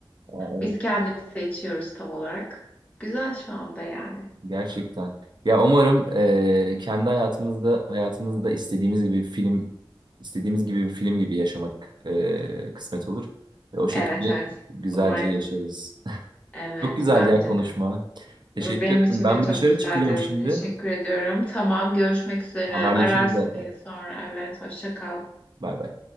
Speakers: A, on the right; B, on the left.
A: ya, evet,
B: Biz kendimiz seçiyoruz tam olarak. Güzel şu anda yani.
A: <laughs> gerçekten. Ya umarım e, kendi hayatımızda hayatımızda istediğimiz gibi bir film istediğimiz gibi bir film gibi yaşamak e, kısmet olur. Ve o şekilde
B: Evet evet.
A: güzelce
B: Umarım.
A: yaşarız.
B: Evet
A: Çok güzeldi
B: bence
A: ya konuşma.
B: de. Benim
A: Teşekkür ederim.
B: için
A: Ben
B: de çok
A: bir dışarı
B: güzeldi.
A: çıkacağım şimdi.
B: Teşekkür ediyorum. Tamam görüşmek üzere.
A: Haberleşiriz
B: Ararsın
A: zaten.
B: beni sonra. Evet hoşça kal.
A: Bay bay.